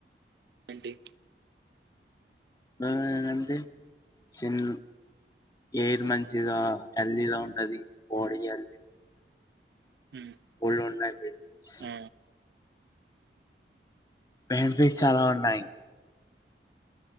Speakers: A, on the right; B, on the left.
A: ఏంటీ
B: నా ఏందంటే చిన్ ఎయిర్ మంచిగా హెల్తీగా ఉంటది బాడీ అదీ
A: ఉమ్,
B: ఒళ్ళున్నాయి బీన్స్
A: ఆ,
B: బెనిఫిట్స్ చాలా ఉన్నాయ్